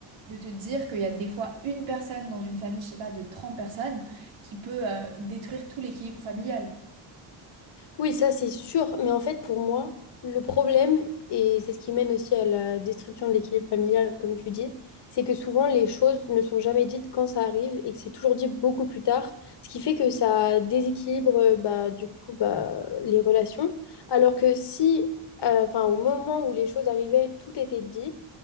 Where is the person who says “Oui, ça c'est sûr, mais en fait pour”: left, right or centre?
Left